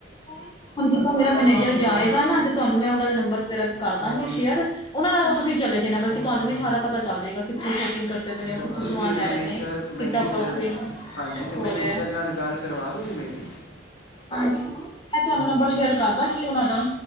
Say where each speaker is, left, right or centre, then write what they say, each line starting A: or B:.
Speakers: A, on the left; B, on the left.
A: ਹੁਣ, ਜਦੋਂ ਮੇਰਾ ਮੈਨੇਜਰ ਜਾਏਗਾ ਨਾ, ਤੇ ਤੁਹਾਨੂੰ ਮੈਂ ਉਹਨਾਂ ਦਾ ਨੰਬਰ ਵਗੈਰਾ ਕਰ ਦਾਂਗੀ ਸੇ਼ਅਰ, ਉਹਨਾਂ ਨਾਲ ਤੁਸੀਂ ਚਲੇ ਜਾਣਾ, ਬਲਕਿ ਤੁਹਾਨੂੰ ਵੀ ਸਾਰਾ ਪਤਾ ਚੱਲ ਜਾਏਗਾ, ਕਿੱਥੋਂ ਸ਼ੋਪਿੰਗ ਕਰ ਦੇ ਪਏ ਨੇ,
B: ਤੇ
A: ਕਿੱਥੋਂ
B: ਤੁਸੀਂ
A: ਸਮਾਨ ਲੈ
B: ਮੈਨੇਜਰ
A: ਰਹੇ ਨੇ?
B: ਮੈਨੇਜਰ
A: ਕਿੱਦਾਂ ਪ੍ਰੋਫਿਟ
B: ਹਾਂਜੀ ਤੇ
A: ਹੋ
B: ਮੈਨੇਜਰ
A: ਰਿਹਾ?
B: ਨਾਲ ਗੱਲ ਕਰਵਾ ਦੋਗੇ ਮੇਰੀ
A: ਹਾਂਜੀ, ਮੈਂ ਤੁਹਾਨੂੰ ਨੰਬਰ ਸ਼ੇਅਰ ਕਰ ਦਾਂਗੀ ਉਹਨਾਂ ਦਾ,